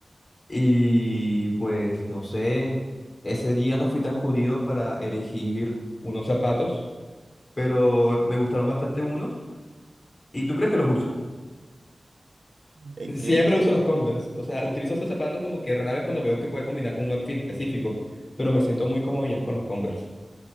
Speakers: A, on the left; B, on the right.
A: Y pues, no sé, ese día no fui tan jodido para elegir unos zapatos, pero me gustaron bastante unos. ¿Y tú crees que los uso?
B: es
A: Siempre
B: que,
A: uso
B: eh,
A: los Converse. O sea, utilizo esos zapatos como que rara vez cuando veo que puede combinar con un outfit específico, pero me siento muy cómodo ya con los Converse.